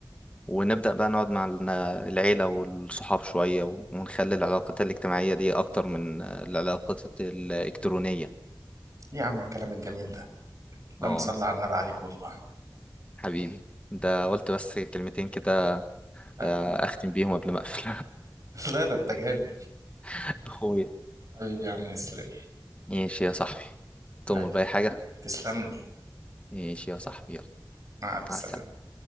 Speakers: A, on the left; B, on the right.
A: ونبدأ بقى نقعد مع ال- العيلة والصحاب شوية و- ونخلي العلاقات الاجتماعية دي أكتر من آه، العلاقات الإلكترونية
B: إيه يا عم الكلام الجميل ده اللهم
A: اه
B: صل على النبي عليك والله
A: حبيبي ده قلت بس كلمتين كده
B: لا
A: آه، أختم بيهم قبل ما أقفل
B: <laughs> لا ده انت جامد
A: <laughs> أخويا
B: حبيبي يا عم اسلم
A: ماشي يا صاحبي تؤمر
B: حبيبي
A: بأي حاجة
B: تسلم لي
A: ماشي يا صاحبي يلا
B: مع السلامة
A: مع السلامة